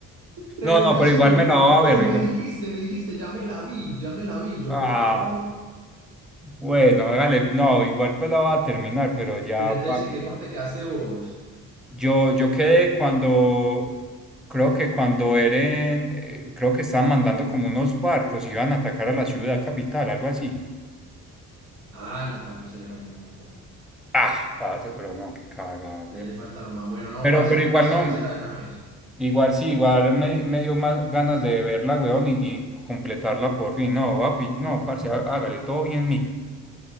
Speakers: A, on the right; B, in the centre.
A: Tremendo
B: no, no, pero
A: spoiler.
B: igual me la va a
A: Pero
B: ver. oiga.
A: me dijiste, me dijiste, ya me la vi, ya me la vi. Yo,
B: Ah,
A: bueno,
B: bueno, hágale. No, igual pues la va a terminar, pero ya,
A: pero entonces,
B: parce.
A: ¿en qué parte quedaste vos?
B: Yo, yo quedé cuando, creo que cuando Eren, eh, creo que estaban mandando como unos barcos, iban a atacar a la ciudad capital, algo así.
A: Ah, no, parce, a usted le falta un montón. A
B: Ah, parce, pero no, qué caga güey.
A: usted le falta lo más bueno. No,
B: Pero,
A: parce,
B: pero
A: póngase
B: igual no.
A: a vérsela de una vez.
B: Igual sí, igual me, me dio más ganas de verla, weón, y, y completarla por fin. No, papi, no, parce, há- hágale, todo bien mí.